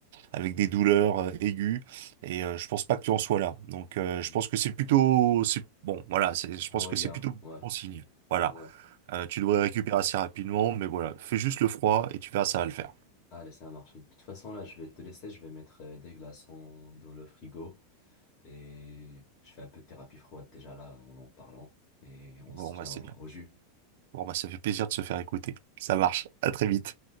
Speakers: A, on the right; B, on the left.
A: avec des douleurs euh, aiguës. Et euh, je pense pas que tu en sois là. Donc euh,
B: Hmm.
A: je pense que c'est plutôt c'est bon voilà. C'est je pense
B: Moyen,
A: que c'est plutôt
B: ouais,
A: bon signe. Voilà.
B: ouais.
A: Euh, tu devrais récupérer assez rapidement, mais voilà, fais juste le froid et tu verras, ça va le faire.
B: Allez, ça marche. De toute façon, là, je vais te laisser, je vais mettre euh, des glaçons dans le frigo et je fais un peu de thérapie froide déjà là en en parlant et on
A: Bon
B: se tient
A: bah c'est
B: au
A: bien.
B: jus.
A: Bon bah ça fait plaisir de se faire écouter. Ça marche. À très vite.